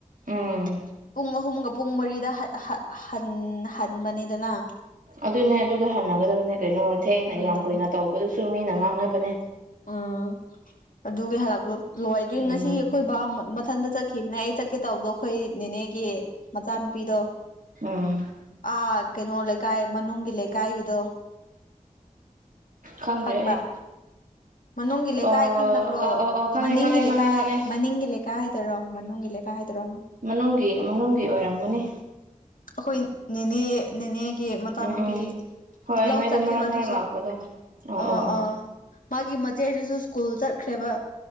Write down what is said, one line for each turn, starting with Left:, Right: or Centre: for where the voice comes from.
Right: ꯎꯝ
Left: ꯄꯨꯡ ꯑꯍꯨꯝꯒ ꯄꯨꯡ ꯃꯔꯤꯗ ꯍꯠ ꯍ ꯍꯟ ꯍꯟꯕꯅꯦꯗꯅ
Right: ꯑꯗꯨꯅꯦ ꯑꯗꯨꯗ ꯍꯟꯅꯒꯗꯕꯅꯦ ꯀꯩꯅꯣ ꯊꯦꯡꯅ
Left: ꯎꯝ
Right: ꯌꯥꯝ ꯀꯨꯏꯅ ꯇꯧꯕꯗꯨꯁꯨ ꯃꯤꯅ ꯉꯥꯡꯅꯕꯅꯦ
Left: ꯑꯪ ꯑꯗꯨꯒꯤ ꯍꯜꯂꯛꯄꯗꯣ ꯂꯣꯏꯗ꯭ꯔꯤ
Right: ꯎꯝ
Left: ꯉꯁꯤ ꯑꯩꯈꯣꯏ ꯕꯥ ꯃ ꯃꯊꯟꯗ ꯆꯠ ꯈꯤꯕꯅꯦ ꯑꯩ ꯆꯠꯀꯦ ꯇꯧꯕꯗꯣ ꯑꯈꯣꯏ ꯅꯤꯅꯦꯒꯤ ꯃꯆꯥꯅꯨꯄꯤꯗꯣ
Right: ꯎꯝ
Left: ꯑꯥ ꯀꯩꯅꯣ ꯂꯩꯀꯥꯏ ꯃꯅꯨꯡꯒꯤ ꯂꯩꯀꯥꯏꯒꯤꯗꯣ
Right: ꯈꯪꯗ꯭ꯔꯦ
Left: ꯈꯪꯕ꯭ꯔꯥ
Right: ꯑꯩ
Left: ꯃꯅꯨꯡꯒꯤ ꯂꯩꯀꯥꯏ
Right: ꯑ
Left: ꯈꯪꯗꯕ꯭ꯔꯣ
Right: ꯑ ꯑ ꯑ ꯈꯪꯉꯦ
Left: ꯃꯅꯤꯡꯒꯤ
Right: ꯈꯪꯉꯦ ꯈꯪꯉꯦ
Left: ꯂꯩꯀꯥꯏ
Right: ꯈꯪꯉꯦ
Left: ꯃꯅꯤꯡꯒꯤ ꯂꯩꯥꯀ ꯀꯥꯏꯗꯔꯣ ꯃꯅꯨꯡꯒꯤ ꯂꯩꯀꯥꯏꯗꯔꯣ
Right: ꯃꯅꯨꯡꯒꯤ ꯃꯅꯨꯡꯒꯤ ꯑꯣꯏꯔꯝꯒꯅꯤ
Left: ꯑꯩꯈꯣꯏ ꯅꯤꯅꯦ ꯅꯤꯅꯦꯒꯤ ꯃꯆꯥꯅꯨꯄꯤ
Right: ꯎꯝ ꯎꯝ ꯍꯣꯏ
Left: ꯂꯧ
Right: ꯅꯣꯏꯗ
Left: ꯆꯠꯈꯤꯕ
Right: ꯃꯔꯛ ꯃꯔꯛ
Left: ꯑꯗꯨꯁꯨ
Right: ꯂꯥꯛꯄꯗꯣ ꯑꯣ
Left: ꯑ
Right: ꯑꯣ ꯑꯣ
Left: ꯑ ꯃꯥꯒꯤ ꯃꯆꯦꯗꯨꯁꯨ ꯁ꯭ꯀꯨꯜ ꯆꯠꯈ꯭ꯔꯦꯕ